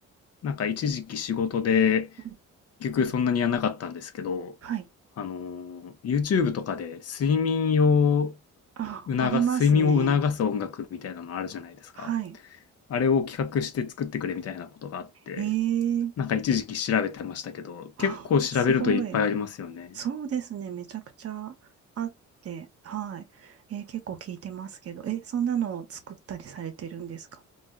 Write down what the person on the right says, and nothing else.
うん
はい。
あ、
ありますね。
はい。
ええ
あ、
すごい。そうですね、めちゃくちゃあって、はい。えー結構聞いてますけど、え、そんなのを作ったりされてるんですか